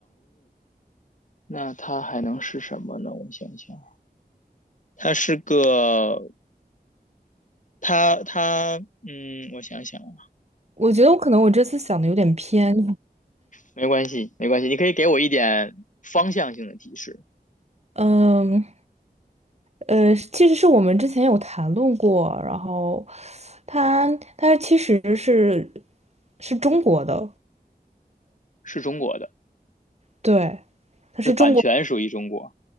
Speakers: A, on the left (about 50°); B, on the right (about 40°).
A: 那它还能是什么呢？我想想，它是个，它它，嗯，我想想啊，
B: 我觉得我可能我这次想的有点偏，
A: 没关系，没关系，你可以给我一点方向性的提示，
B: 嗯。呃，其实是我们之前有谈论过，然后他他其实是是中国的，
A: 是中国的，
B: 对，他是中国，
A: 那版权属于中国